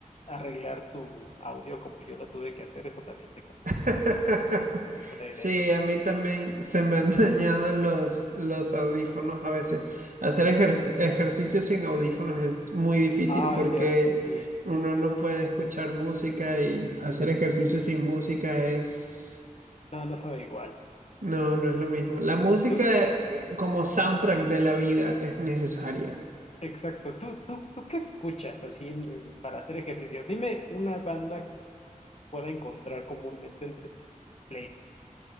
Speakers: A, on the left; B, on the right.
A: arreglar tu audio como yo lo tuve que hacer. Eso también me cansó
B: <laughs>
A: muchísimo. Tienes una idea.
B: Sí, a mí también se me han <laughs> dañado los, los audífonos a veces. Hacer ejer- ejercicio sin audífonos es muy difícil
A: Ah,
B: porque
A: ya sé.
B: uno no puede escuchar música y hacer ejercicio sin música es...
A: No, no sabe igual.
B: No, no es lo mismo. La música,
A: Tú,
B: eh, como soundtrack de la vida es necesaria.
A: exacto. ¿Tú, tú, tú qué escuchas así en- en- para hacer ejercicio? Dime una banda que pueda encontrar comúnmente entre tus playlists.